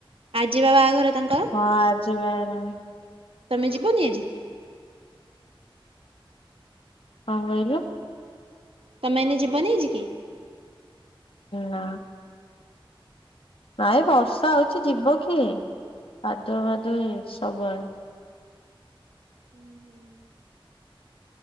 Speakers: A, on the right; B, on the left.
A: ଆଜି ବା ବାହାଘର ତାଙ୍କ।
B: ହଁ ଆଜି ବାହାଘର।
A: ତମେ ଯିବନି ଆଜି।
B: କଣ କହିଲୁ।
A: ତମେ ଏଇନୁ ଯିବନି ଆଜି କି?
B: ନାଁ। ନାଇଁ ବର୍ଷା ହଉଛି ଯିବ କିଏ କାଦୁଅ ଫାଦୁଅ ସବୁଆଡେ।
A: <inaudible>